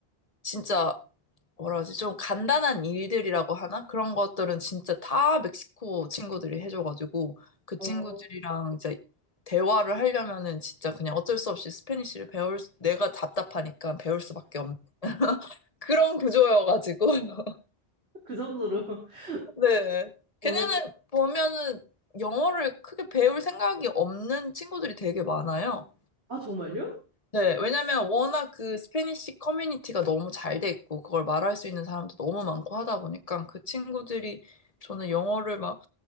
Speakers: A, on the left; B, on the right.
A: 진짜 뭐라 하지 좀 간단한 일들이라고 하나? 그런 것들은 진짜 다 멕시코 친구들이 해줘가지고 그 친구들이랑
B: 어,
A: 이제 대화를 하려면은 진짜 그냥 어쩔 수 없이 스페니쉬를 배울 수- 내가 답답하니까 배울 수밖에 없는 그런 구조여가지고 <laughs>
B: 그 정도로 <laughs>
A: 네.
B: 언어.
A: 걔네는 보면은 영어를 크게 배울 생각이 없는 친구들이 되게 많아요.
B: 아, 정말요?
A: 네, 왜냐면 워낙 그 스페니쉬 커뮤니티가 너무 잘 돼 있고 그걸 말할 수 있는 사람도 너무 많고 하다 보니까 그 친구들이 저는 영어를 막